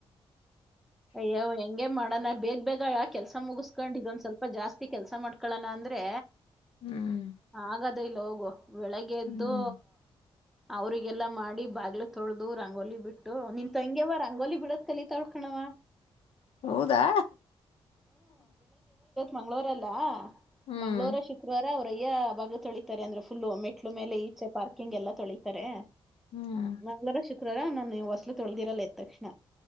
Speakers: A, in the centre; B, on the left.
A: ಅಯ್ಯೋ ಹೆಂಗೆ ಮಾಡನ ಬೇಗ್ಬೇಗ್ <unintelligible> ಕೆಲಸ ಮುಗಸ್ಕೊಂಡು ಇದೊಂದು ಸ್ವಲ್ಪ ಜಾಸ್ ತಿ ಕೆಲ್ಸ ಮಾಡ್ಕೊಳೋಣ ಅಂದ್ರೆ
B: ಹ್ಮ್
A: ಹಾಗ ತ್ತೊ ಇಲ್ಲೋಗೋ. ಬೆಳಗ್ಗೆ ಎದ್ದು
B: ಹ್ಮ್
A: ಅವ್ರಿಗೆಲ್ಲಾ ಮಾಡಿ ಬಾಗ್ಲು ತೊಳ್ದು ರಂಗೋಲಿ ಬಿಟ್ಟು ನಿನ್ತ್ಂಗ್ಯವ ರಂಗೋಲಿ ಬಿಡದ ಕಲಿತಾಳ್ಕಣವ.
B: ಹೌದಾ?
A: ಮಂಗಳವಾರಲ್ಲ
B: ಹ್ಮ್
A: ಮಂಗ್ಳವಾರ ಶುಕ್ರವಾರ ಅವರ್ ಯಾ ಬಾಗಲ್ತೊಳಿತಾರೆ ಅಂದ್ರೆ ಫುಲ್ಲು ಮೆಟ್ಲು ಮೇಲೆ ಈಚೆ ಪಾರ್ಕಿಂಗ್ ಎಲ್ಲ ತೊಳೀತಾರೆ.
B: ಹ್ಮ್
A: ಮಂಗ್ಳಾರ ಶು ನಾನ್ ನೀವು ಹೊಸಲು ತೊಳ್ದಿರಲ್ಲ ಎದ್ ತಕ್ಷಣ.